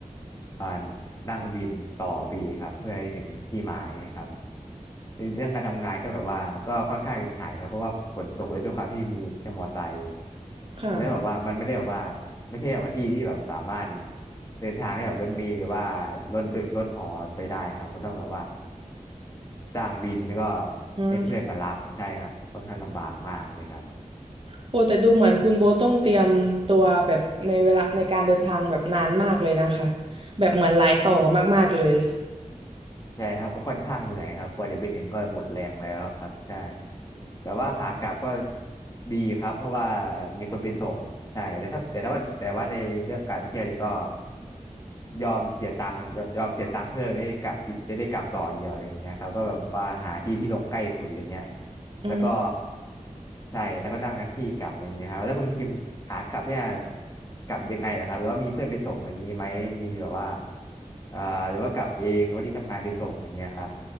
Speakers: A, on the left; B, on the right.
A: อ่านั่งวินต่อไปอีกครับเพื่อให้ถึงที่หมายครับ ในเรื่องการทำงานก็แบบว่าก็ค่อนข้างมีปัญหาอยู่ครับเพราะว่าฝนตกเลยด้วยความที่มีแค่มอไซค์
B: ค่ะ
A: แล้วแบบว่ามันไม่ได้แบบว่าไม่ใช่แบบว่าที่ที่แบบสามารถเดินทางได้แบบรถเมล์หรือว่ารถรถหอไปได้ครับก็ต้องแบบว่าจ้างวินแล้วก็
B: อืม
A: ให้เพื่อนมารับใช่ครับค่อนข้างลำบากมากเลยครับ
B: โอ้แต่ดูเหมือนคุณโบ๊ทต้องเตรียมตัวแบบในเวลาในการเดินทางแบบนานมากเลยนะคะแบบเหมือนหลายต่อมากๆเลย
A: ใช่ครับก็ค่อนข้างเหนื่อยครับกว่าจะไปถึงก็หมดแรงแล้วครับใช่แต่ว่าขากลับก็ดีครับเพราะว่ามีคนไปส่งใช่แต่ถ้าแต่ว่าแต่ว่าในเรื่องการไปเที่ยวนี่ก็ยอมเสียตังค์ยยอมเสียตังค์เพื่อไม่ได้กลับที่จะได้กลับต่อเดียวอย่างเงี้ยครับก็แบบว่าหาที่ที่ลงใกล้สุดอะไรเงี้ย
B: อื
A: แล้วก็ ใช่แล้วก็นั่งแท็กซี่กลับอย่างเงี้ยครับแล้วคุณพิมพ์ขากลับเนี่ยกลับยังไงล่ะครับหรือว่ามีเพื่อนไปส่งอะไรอย่างงี้ไหมมีแบบว่าเอ่อหรือว่ากลับเองหรือว่าที่ทำงานไปส่งอะไรเงี้ยครับ